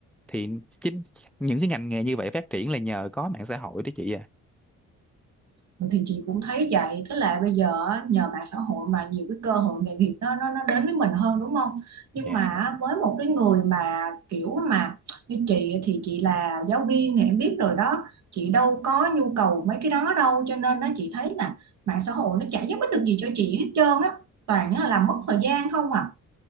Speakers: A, in the centre; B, on the right.
A: thì chính những cái ngành nghề như vậy phát triển là nhờ có mạng xã hội đó chị à
B: Ừ, thì chị cũng thấy vậy tức là bây giờ á, nhờ mạng xã hội mà nhiều cái cơ hội nghề nghiệp nó nó nó đến với mình hơn đúng không nhưng
A: dạ
B: mà á, với một cái người mà kiểu mà như chị thì chị là giáo viên thì em biết rồi đó chị đâu có nhu cầu mấy cái đó đâu cho nên nó chị thấy là mạng xã hội nó chả giúp ích được gì cho chị hết trơn á toàn là làm mất thời gian không à